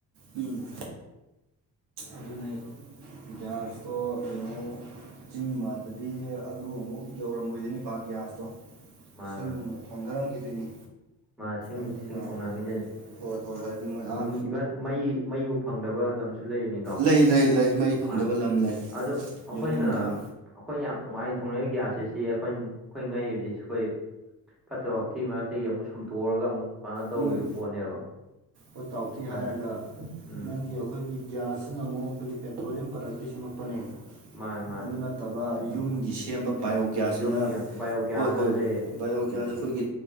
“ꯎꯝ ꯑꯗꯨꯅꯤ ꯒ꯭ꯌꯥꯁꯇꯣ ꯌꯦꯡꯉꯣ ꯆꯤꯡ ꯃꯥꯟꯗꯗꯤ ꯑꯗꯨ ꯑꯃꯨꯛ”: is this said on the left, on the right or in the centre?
Right